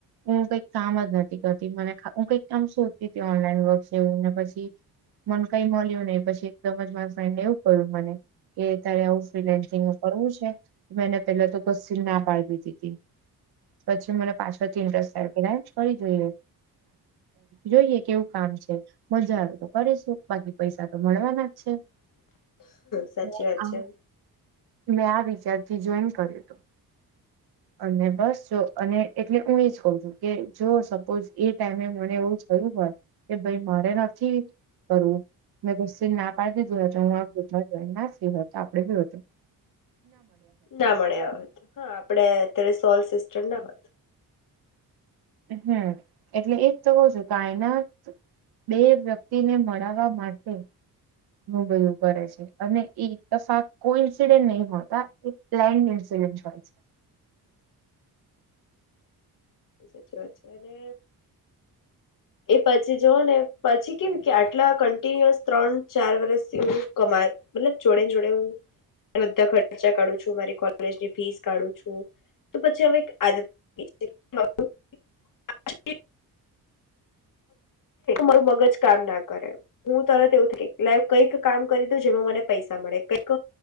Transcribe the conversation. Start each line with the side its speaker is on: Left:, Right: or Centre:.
Right: હું કઈક કામ જ નથી કરતી મને હું કઈક કામ શું. ઓનલાઈન વર્ક છે એવું ને પછી, મને કઈ મળ્યું નહી પછી એકદમ જ મારા ફ્રેન્ડને એવું કહ્યું મને, કે તારે આવું ફ્રી લન્સિંગ કરવું છે, મેને પેલા તો ના પાડવી દીધી, પછી મને પાછથી ઇન્ટરેસ્ટ થાયન્સ કરી જોઈએ. જોઈએ કેવું કામ છે મજા આવે તો કરીશું બાકી પૈસા તો મળવાના જ છે.
Left: સાચી
Right: મેં
Left: વાત
Right: આ
Left: છે.
Right: મેં આ વિચારથી જોઈન કર્યું હતું, અને બસ જો અને એટલે હું એ જ કઉ છું કે જો સપોઝ એ ટાઈમે મને એવું કયું હોય, કે ભાઈ મારે નથી કરવું મેં ના પાડી દીધું ના હો તો આપડે બ હતું.
Left: ના મળ્યા હા આપડે અત્યારે સોલ સિસ્ટર ના હોત.
Right: હમ એટલે એક તો કઉ છું કાયનાત બે વ્યક્તિને મળવા માટે બું કરે છે, અને એક તફા કોઈ ઇન્સિડેન્ટ નહીં હોતા એ પ્લેન ઇન્સિડન્ટ હોય છે.
Left: સાચી વાત છે અને એ પછી જોવ ને પછી કેવી કે આટલા કન્ટિન્યુઅસ ત્રણ ચાર વર્ષથી હું કમા મતલ જોડેને જોડે હું બધા ખર્ચા કાઢું છું મારી કોલેજની ફીસ કાઢું છું, તો પછી હવે એક આદત <unintelligible> મારું મગજ કામ ના કરે, હું તરત એવું લ કંઈક કામ કરું જેમાં મને પૈસા મળે, કઈક